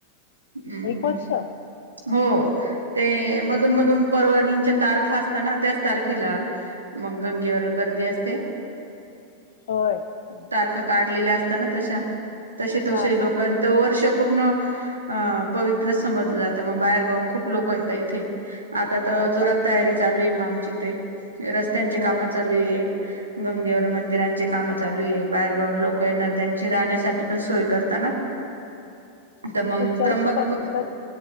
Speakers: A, on the right; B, on the left.
A: हम्म
B: एक
A: हम्.
B: वर्ष
A: हो ते मधून मधून परवाणीच्या तारखा असत ना त्याच तारखेला. मग गंगेवर गर्दी असते,
B: होय हं, हं.
A: तारखा काढलेल्या अस . त्यांना तशा तसे तसे
B: हा
A: लोकां
B: हा
A: त वर्ष. पूर्ण अ पवित्र समजलं जातं मग बाहेरगाऊन खूप लोक येतात इथे. आता तर
B: हा
A: जोरात
B: का
A: तयारी चालू आहे, मग आमची ते. रस्त्यांची
B: होय
A: कामं चालू आहे गंगेवर. मंदिरांची काम चालू आहे, बाहेरगाऊन लोक येणार त्यांची राहण्यासाठी पण सोय करताना. <inaudible>
B: म्हणजे
A: तर मग
B: पुढच्या
A: त्र्यंबक
B: वर्षी कधी कधी